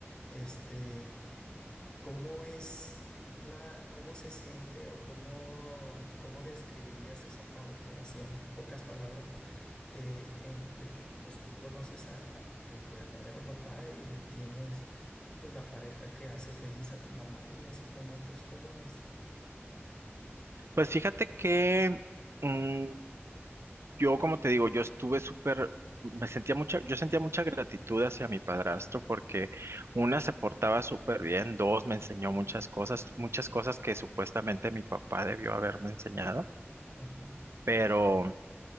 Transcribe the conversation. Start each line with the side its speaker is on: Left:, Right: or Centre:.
Left: este. ¿Cómo es la, cómo se siente o cómo, cómo describirías esa parte, así en pocas palabras, eh, entre que pues tú conoces a, a tu verdadero papá y tienes pues la pareja que hace feliz a tu mamá en esos momentos? ¿Cómo es?
Right: pues fíjate que mm, Yo, como te digo, yo estuve súper, me sentía mucha, yo sentía mucha gratitud hacia mi padrastro porque una se portaba súper bien, dos me enseñó muchas cosas, muchas cosas que supuestamente mi papá debió haberme enseñado,
Left: Ujú,
Right: pero